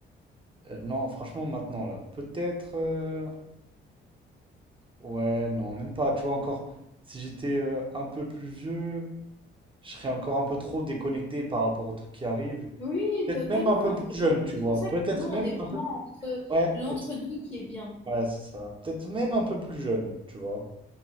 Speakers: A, on the right; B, on the left.
A: euh, non, franchement, maintenant, là, peut-être, euh, ouais, non, même pas. Tu vois, encore, si j'étais euh, un peu plus vieux, je serais encore un peu trop déconnecté par rapport aux trucs qui arrivent.
B: Oui,
A: Peut-être
B: totalement,
A: même un peu plus
B: totalement.
A: jeune, tu
B: C'est
A: vois.
B: pour ça
A: Peut-être
B: que nous on
A: même,
B: est vraiment
A: un-
B: entre
A: ouais,
B: l'entre-deux
A: peut-être-
B: qui est bien.
A: ouais, c'est ça. Peut-être même un peu plus jeune, tu vois.